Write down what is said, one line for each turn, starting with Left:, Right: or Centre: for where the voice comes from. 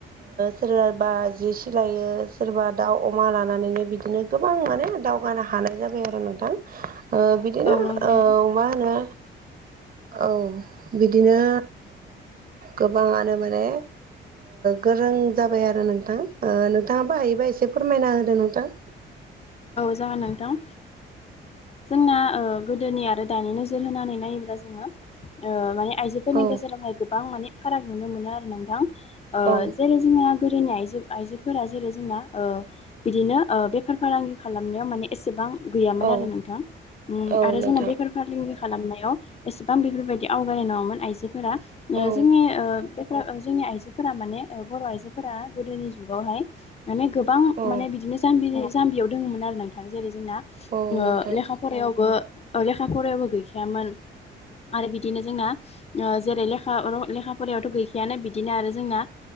Right: सोरबाबा जि सिलायो सोरबा दाउ अमा लानानैनो बिदिनो गोबां माने दावगानो हानाय जाबाय आरो नोंथां बिदिनो
Left: औ नंगौ
Right: मा होनो औ बिदिनो गोबाङानो माने गोरों जाबाय आरो नोंथां नोंथाङा बाहायोबा एसे फोरमायना होदो नोंथां
Left: औ जागोन नोंथां जोंना गोदोनि आरो दानि नोजोर होनानै नायोब्ला जोङो माने आइजोफोरनि
Right: औ
Left: गेजेरावहाय गोबां माने फाराग नुनो मोनो आरो नोंथां
Right: औ
Left: जेरै जोंना गोदोनि आइ आइजोफोरा जेरै जोंना बिदिनो बेफार फालांगि माने एसेबां गैयामोन
Right: औ
Left: आरो नोंथां
Right: औ
Left: आरो
Right: नोंथां
Left: जोंना बेफार फालांगि फालांगि खालामनायाव एसेबां बेफोरबायदि आवगायनाय नङामोन आइजोफोरा
Right: औ
Left: जोंनि जोंनि आइजोफोरा माने बर' आइजोफोरा गोदोनि जुगावहाय माने गोबां
Right: औ
Left: माने बिदिनो जाम्बि जाम्बियाव दङमोन आरो नोंथां जेरै जोंना
Right: औ नोंथां
Left: लेखा फरायावबो लेखा फरायावबो गैखायामोन आरो बिदिनो जोंना जेरै लेखा लेखा फरायावथ' गैखायानो बिदिनो आरो जोंना